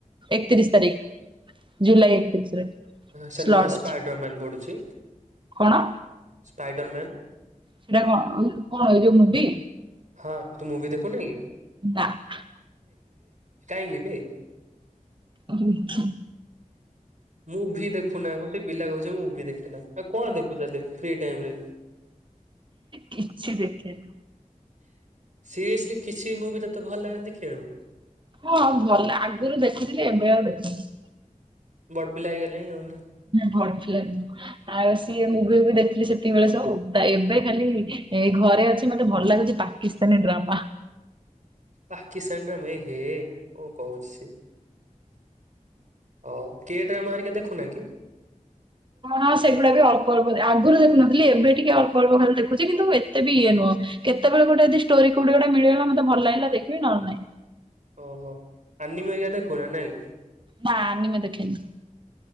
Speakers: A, on the right; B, on the right.
A: ଏକତିରିଶ ତାରିଖ। ଜୁଲାଇ ଏକତିରିଶରେ
B: ସେ
A: ସ୍ଲଟ
B: ନବା ସ୍ପାଇଡର
A: ଅଛି
B: ମ୍ୟାନ୍ ପଡୁଛି
A: କଣ
B: ସ୍ପାଇଡର ମ୍ୟାନ୍
A: ସେଇଟା କଣ କଣ ଏ ଯୋଉ ମୁଣ୍ଡି।
B: ହଁ ତୁ ମୁଭି ଦେଖୁନ କି
A: ନାଁ ଆ।
B: କାହିଁକି ଭାଇ
A: ଓଛା
B: ମୁଭିି ଦେଖୁନା ଗୋଟେ ପିଲା କହୁଛି ମୁଭି ଦେଖେ ନା ଆଉ କଣ ଦେଖୁ ତାହେଲେ? ଫ୍ରି ଟାଇମ ରେ
A: କିଛି ଦେଖେନି।
B: ସିରିଅସଲି କିଛି ମୁଭି ତତେ ଭଲ ଲାଗନି ଦେଖିବାକୁ
A: ହଁ ଭଲ ଆଗରୁ ଦେଖୁଥିଲି ଏବେଆଉ ଦେଖୁଥିଲି
B: ବଡ଼ ପିଲା ହେଇଗଲାଣିି ଆଉନ
A: ଭଲ ଆଉ ସିଏ ମୁଭି ଦେଖିଲି ସେ ସେତିକି ବେଳେ ସବୁ ତା ଏବେ ଖାଲି ଏ ଘରେ ଅଛି ମତେ ଭଲ ଲାଗୁଛି ପାକିସ୍ତାନୀ ଡ୍ରାମା।
B: ପାକିସ୍ତାନରେ ଏହେ କଣ କହୁଛି ସେ? ହଉ କେଡ୍ରେ ଆମ ହରିକା ଦେଖୁନା କି
A: ହଁ ସେଗୁଡା ବି ଅଳ୍ପ ଅଳ୍ପ ଆଗରୁ ଦେଖୁନଥିଲ ଏବେ ଟିକେ ଅଳ୍ପ ଅଳ୍ପ ଖଲି ଦେଖୁଛି କିନ୍ତୁ ଏତେ ଇଏ ନୁହଁ କେତେବେଳେ ଗୋଟେ ଯଦି ଷ୍ଟୋରୀ କୋଉଠି ଗୋଟେ ମିଳିଗଲା ମତେ ଭଲ ଲାଗିଲା ଦେଖିବି ନ ହେଲେ ନାହିଁ।
B: ଓହୋ ଆ ମିରଗା ଦେଖୁନା ନହିଁ
A: ହଁ ନିମ ଦେଖିଲ